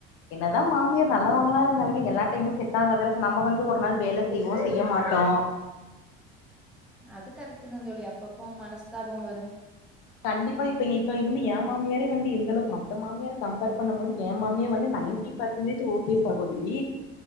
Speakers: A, on the left (about 85°); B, in the centre.
A: என்னதா மாமியார் நல்லவங்களா இருந்தாலுமே எல்லா டைமும் செட் ஆகாது இல்ல நம்ம வந்து ஒரு நாள் வேலை செய்வோ செய்ய மாட்டோ
B: அது கரெக்ட்டு தான தோழி அப்பப்ப மனஸ்தாபோ வரு
A: கண்டிப்பா இப்ப இப்ப இது வந்து ஏன் மாமியாரே வந்து எந்தளவுக்கு மற்ற மாமியார கம்பேர் பண்ணும்போது ஏன் மாமியார் வந்து நைன்டி பர்சன்டேஜ் ஓகே சகோதரி